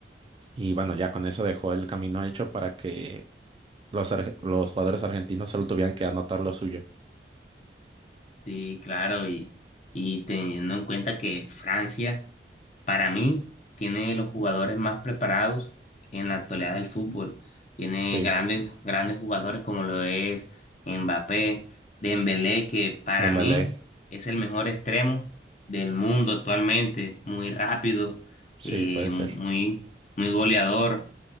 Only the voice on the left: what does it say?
Sí, claro, y, y teniendo en cuenta que Francia, para mí, tiene los jugadores más preparados en la actualidad del fútbol. Tiene
grandes, grandes jugadores como lo es Mbappé, Dembélé, que para
mí es el mejor extremo del mundo actualmente, muy rápido,
eh,
muy,
muy goleador.